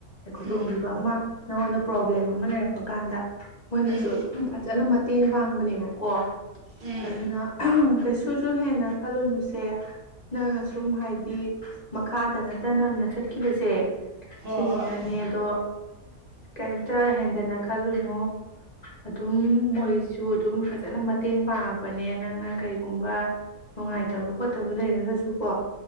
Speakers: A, on the left; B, on the right.
A: ꯈꯨꯗꯣꯡꯊꯤꯕ
B: ꯎꯝ
A: ꯑꯃ ꯅꯪꯉꯣꯟꯗ ꯄ꯭ꯔꯣꯕ꯭ꯂꯦꯝ ꯑꯃ ꯂꯩꯔꯛꯄ ꯀꯥꯟꯗ ꯃꯣꯏꯅꯁꯨ
B: ꯎꯝ ꯎꯝ
A: ꯑꯗꯨꯝ ꯐꯖꯅ ꯃꯇꯦꯡ ꯄꯥꯡꯕꯅꯦꯕꯀꯣ
B: ꯎꯝ
A: ꯑꯗꯨꯅ ꯀꯩꯁꯨꯁꯨ ꯍꯦꯟꯅ ꯈꯜꯂꯨꯅꯨ ꯁꯦ ꯅꯪꯅ ꯁꯨꯝ ꯍꯥꯏꯗꯤ ꯃꯈꯥꯗ ꯅꯠꯇ ꯅꯝꯅ ꯆꯠꯈꯤꯕꯁꯦ
B: ꯍꯣꯏ
A: ꯁꯤꯁꯤꯅꯅꯦ
B: ꯍꯣꯏ
A: ꯑꯗꯣ ꯀꯩꯝꯇ ꯍꯦꯟꯗꯅ ꯈꯜꯂꯨꯅꯨ ꯑꯗꯨꯝ ꯃꯣꯏꯁꯨ ꯑꯗꯨꯝ ꯐꯖꯅ ꯃꯇꯦꯡ ꯄꯥꯡꯉꯛꯄꯅꯦ ꯅꯪꯅ ꯀꯩꯒꯨꯝꯕ ꯅꯨꯡꯉꯥꯏꯇꯕ ꯈꯣꯠꯇꯕ ꯂꯩꯔꯒꯁꯨꯀꯣ